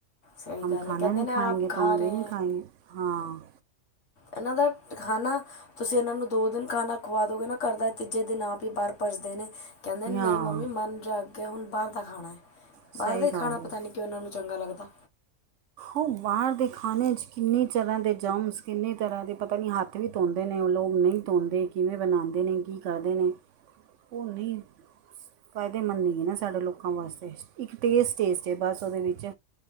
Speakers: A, on the left (about 85°); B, on the right (about 80°).
A: ਸਹੀ
B: ਹਮ
A: ਗੱਲ
B: ਖਾਨਾ
A: ਹੈ ਕਹਿੰਦੇ
B: ਨੀ
A: ਨੇ
B: ਖਾਏਂਗੇ
A: ਆਪ ਖਾ
B: ਤੋ ਹਮ
A: ਰਹੇ
B: ਯੇ ਨੀ ਖਾਏਂਗੇ। ਹਾਂ।
A: ਐਹਨਾਂ ਦਾ ਖਾਨਾ ਤੁਸੀਂ ਐਹਨਾਂ ਨੂੰ ਦੋ ਦਿਨ ਖਾਨਾ ਖਵਾ ਦੋਗੇ ਨਾ ਘਰ ਦਾ, ਤੀਜੇ ਦਿਨ ਆਪ ਈ ਬਾਰ ਭੱਜਦੇ ਨੇ। ਕੈਂਦੇ ਨਈ
B: ਹਾਂ
A: ਮੰਮੀ ਮਨ ਜਾ ਅੱਕ ਗਯਾ ਹੁਨ ਬਾਰ ਦਾ ਖਾਨਾ।
B: ਸਹੀ
A: ਬਾਰ ਦਾ ਈ
B: ਗੱਲ
A: ਖਾਨਾ
B: ਹੈ
A: ਪਤਾ ਨੀ ਕਿਯੋਂ ਐਹਨਾਂ ਨੂੰ ਚੰਗਾ ਲੱਗਦਾ।
B: ਓਹ ਬਾਰ ਦੇ ਖਾਨੇ 'ਚ ਕਿੰਨੀ ਤਰ੍ਹਾਂ ਦੇ ਜਮਸ ਕਿੰਨੇ ਤਰ੍ਹਾਂ ਦੇ ਪਤਾ ਨੀ ਹੱਥ ਹੱਥ ਵੀ ਧੋਂਦੇ ਨੇ ਓਹ ਲੋਕ ਨਈ ਤੋਂਦੇ, ਕਿਵੇਂ ਬਣਾਂਦੇ ਨੇ ਕੀ ਕਰਦੇ ਨੇ ਹੂਨੀ ਫਾਇਦੇਮੰਦ ਨਈ ਐ ਸਾਡੇ ਲੋਕਾਂ ਵਾਸਤੇ। ਇੱਕ ਟੇਸਟ-ਟੇਸਟ ਏ ਬਸ ਓਹਦੇ ਵਿੱਚ